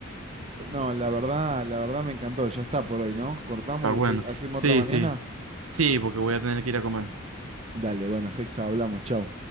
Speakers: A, on the right; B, on the right.
A: No, la verdad, la verdad me encantó. Ya está por hoy, ¿no? Cortamos
B: Está bueno.
A: y se- hacemos
B: Sí,
A: otra mañana.
B: sí. Sí, porque voy a tener que ir a comer.
A: Dale, bueno, Hexa, hablamos, chao.